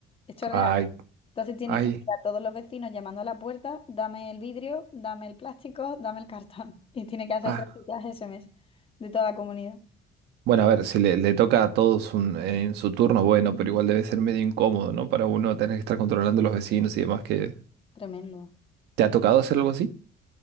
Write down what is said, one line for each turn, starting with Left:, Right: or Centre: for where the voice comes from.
Left: Esto es real.
Right: Ay,
Left: ¿eh? Entonces tiene
Right: ay,
Left: que ir a todos los vecinos llamando a la puerta, dame el vidrio, dame el plástico, dame el cartón. <laughs> Y tiene que hacer
Right: ah.
Left: el reciclaje ese mes de toda la comunidad.
Right: Bueno, a ver, si le, le toca a todos un- en su turno, bueno, pero igual debe ser medio incómodo, ¿no? Para uno tener que estar controlando a los vecinos y demás que
Left: Tremendo.
Right: ¿Te ha tocado hacer algo así?